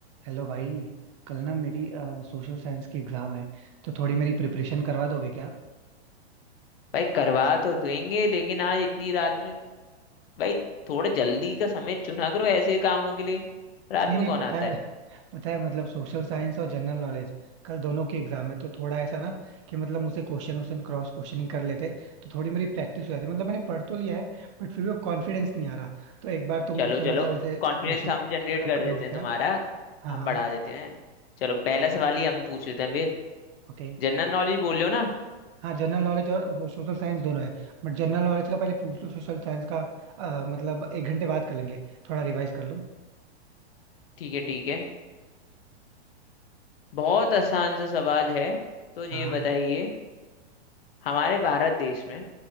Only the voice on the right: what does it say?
Hello भाई कल ना मेरी सोशल साइंस की एग्जाम है तो थोड़ी मेरी प्रिपरेशन करवा दोगे क्या
नहीं
नहीं
पता
है
पता है मतलब सोशल साइंस और जनरल नॉलेज कल दोनों की एग्जाम है तो थोड़ा ऐसा ना कि मतलब मुझसे क्वेश्चन क्वेश्चन क्रॉस क्वेश्चनिंग कर लेते तो थोड़ी मेरी प्रैक्टिस हो जाती मतलब मैंने पढ़ तो लिया है बट फिर भी वो कॉन्फिडेंस नहीं आ रहा तो एक बार तुम
मुझसे
मतलब ऐसे
क्वेश्चन
पुट अप
कर
लोगे
क्या
हाँ
हाँ
हाँ
ओके
हाँ जनरल नॉलेज और सोशल साइंस दोनों है बट जनरल नॉलेज का पहले पूछ लो सोशल साइंस का अ, मतलब एक घंटे बाद कर लेंगे थोड़ा रिवाइज कर लूँ
हाँ